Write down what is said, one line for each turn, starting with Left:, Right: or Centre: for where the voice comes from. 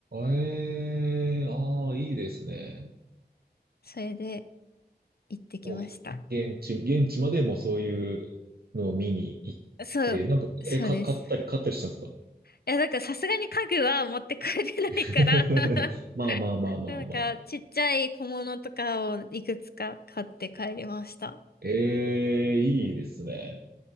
Right: ええああ、いいですね。
Left: それで、行ってきました。
Right: もう、現地、現地までもうそういうのを見に行って、
Left: そう、
Right: なんか、
Left: そうです。
Right: え、か、買ったり、買ったりしたんですか
Left: いや、なんかさすがに家具は持って帰れないから
Right: <laughs>
Left: <laughs>
Right: まあまあまあまあまあ。
Left: なんかちっちゃい小物とかをいくつか買って帰りました。
Right: ええいいですね。